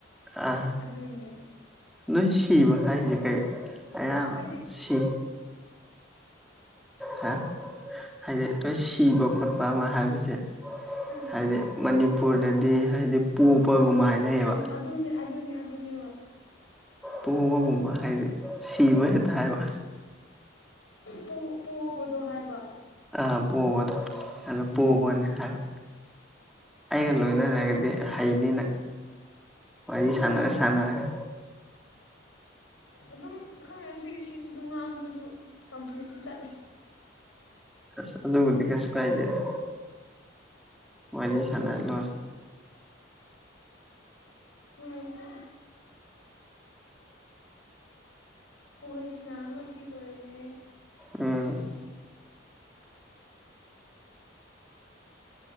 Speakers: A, in the centre; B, on the left.
A: ꯑꯥ
B: ꯑꯗꯨꯅꯦ
A: ꯅꯣꯏ ꯁꯤꯕ ꯍꯥꯏꯖꯤ ꯀꯩꯅꯣ ꯑꯌꯥꯝꯕ
B: ꯍꯥꯏꯗꯤ
A: ꯁꯤ ꯍꯥ ꯍꯥꯏꯗꯤ ꯅꯣꯏ ꯁꯤꯕ ꯈꯣꯠꯄ ꯑꯃ ꯍꯥꯏꯕꯁꯦ
B: ꯑ
A: ꯍꯥꯏꯗꯤ ꯃꯅꯤꯄꯨꯔꯗꯗꯤ ꯍꯥꯏꯗꯤ ꯄꯣꯕꯒꯨꯝꯕ ꯍꯥꯏꯅꯩꯌꯦꯕ
B: ꯑꯣ ꯑꯗꯨꯅꯦ ꯑꯗꯨꯅꯦ ꯑꯗꯨꯅꯦꯕ
A: ꯄꯣꯕꯒꯨꯝꯕ ꯍꯥꯏꯗꯤ ꯁꯤꯕ ꯍꯦꯛꯇ ꯍꯥꯏꯕ
B: ꯄꯣ ꯄꯣꯕꯗꯣ ꯍꯥꯏꯕ
A: ꯑꯥ ꯄꯣꯕꯗꯣ ꯑꯗꯣ
B: ꯎꯝ
A: ꯄꯣꯕꯅꯦ ꯍꯥꯏꯕ ꯑꯩꯒ ꯂꯣꯏꯅꯔꯒꯗꯤ ꯍꯩꯅꯤ ꯅꯪ ꯋꯥꯔꯤ
B: ꯍꯩꯅꯩ
A: ꯁꯥꯟꯅꯔ
B: ꯍꯩꯅꯩ
A: ꯁꯥꯟꯅꯔꯒ
B: ꯑꯗꯨꯝ ꯈꯪꯅꯔꯁꯨ ꯏꯁꯤꯁꯨ ꯑꯗꯨꯝ ꯉꯥꯡꯗꯣꯏꯁꯨ ꯀꯟꯐ꯭ꯌꯨꯁ ꯑꯗꯨꯝ ꯆꯠꯂꯤ
A: ꯑꯁ ꯑꯗꯨꯕꯨꯗꯤ ꯀꯩꯁꯨ ꯀꯥꯏꯗꯦꯗ ꯋꯥꯔꯤ ꯁꯥꯟꯅꯔ ꯂꯣꯏꯔꯦ
B: ꯍꯣꯢ ꯑꯗꯨ ꯋꯥꯔꯤ ꯁꯅꯥꯔꯒꯗꯤ ꯂꯣꯏꯔꯦ
A: ꯎꯝ